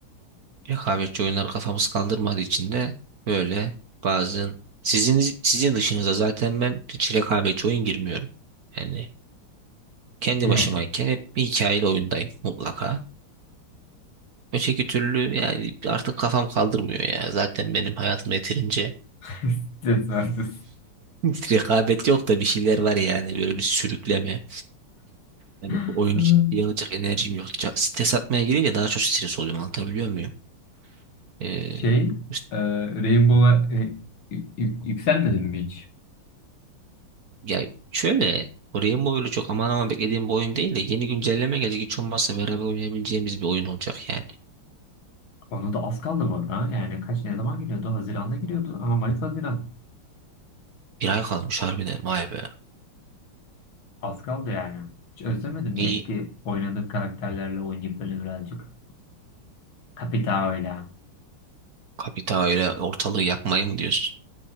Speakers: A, on the right (about 50°); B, on the left (about 65°).
A: Rekabetçi oyunlar kafamız kaldırmadığı için de böyle bazen sizin sizin dışınıza zaten ben hiç rekabetçi oyun girmiyorum. Yani kendi
B: Yani.
A: başımayken hep bir hikayeli oyundayım mutlaka. Öteki türlü yani artık kafam kaldırmıyor ya. Zaten benim hayatım yeterince
B: <laughs> Stres verdi.
A: <laughs> rekabet yok da bir şeyler var yani böyle bir sürükleme. Yani bu
B: <laughs>
A: oyunu ciddiye alacak enerjim yok. Ca- Stres atmaya girince daha çok stres oluyorum anlatabiliyor muyum? Ee,
B: Şey,
A: işte-
B: e, Rainbow'a e, y- y- yükselmedin mi hiç?
A: ya şöyle oraya Mobile'ı çok aman aman beklediğim bir oyun değil de yeni güncelleme gelecek hiç olmazsa beraber oynayabileceğimiz bir oyun olacak yani.
B: Ona da az kaldı bu arada. Yani kaç ne zaman giriyordu? Haziran'da giriyordu. Aha Mayıs Haziran.
A: Bir ay kalmış harbiden vay be.
B: Az kaldı yani. Hiç özlemedin mi
A: İyi
B: eski oynadığın karakterlerle oynayıp böyle birazcık? Capitao'yla.
A: kapita öyle ortalığı yakmayı mı diyorsun?